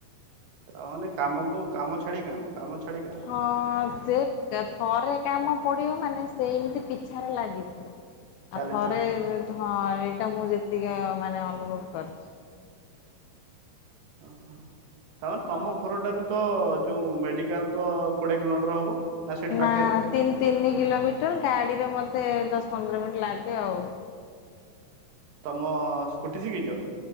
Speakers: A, on the right; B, on the left.
A: ତା ମାନେ କାମକୁ କାମ ଛାଡିି କାମ କାମ ଛାଡି କାମ।
B: ହଁ ସେ କେ ଥରେ କାମ ପଡ଼ିବ ମାନେ ସେମିତି ପିଛାରେ ଲାଗିଥିବ।
A: ଚାଲିଥିବ।
B: ଆଉ ଥରେ ହଁ ଏଇଟା ମୁଁ ଯେତିକି ମାନେ ଅନୁଭବ କରିଚି।
A: ଓହୋ ତାମାନେ ତମ
B: ହଁ।
A: ଘରଟାରୁ ତ ଯୋଉ ମେଡିକାଲ ତ କୋଡିଏ କିଲୋମିଟର ହବ? ସେଇଠି ପାଖରେ?
B: ନା ତିନି ତିନି କିଲୋମିଟର ଗାଡିରେ ମୋତେ ଦଶ ପନ୍ଦର ମିନିଟ୍ ଲାଗେ ଆଉ।
A: ତମ ସ୍କୁଟି ଶିଖିଚ?